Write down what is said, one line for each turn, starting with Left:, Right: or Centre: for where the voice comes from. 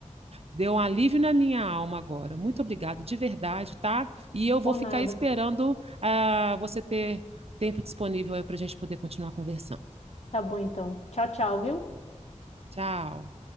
Right: deu um alívio na minha alma agora. Muito obrigado, de verdade, tá? E eu
Left: Por
Right: vou ficar
Left: nada.
Right: esperando ah, você ter tempo disponível aí para a gente poder continuar conversando.
Left: Tá bom, então. Tchau, tchau, viu?
Right: Tchau.